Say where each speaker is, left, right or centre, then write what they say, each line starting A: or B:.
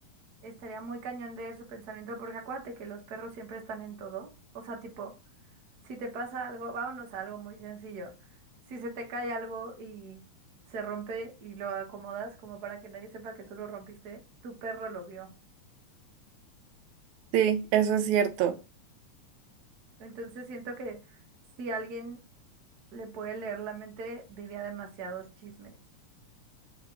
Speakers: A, on the right (about 65°); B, on the right (about 80°).
A: estaría muy cañón leer su pensamiento porque acuérdate que los perros siempre están en todo. O sea, tipo, si te pasa algo, vámonos a algo muy sencillo. Si se te cae algo y se rompe y lo acomodas como para que nadie sepa que tú lo rompiste, tu perro lo vio.
B: Sí, eso es cierto.
A: Entonces siento que si alguien le puede leer la mente, diría demasiados chismes.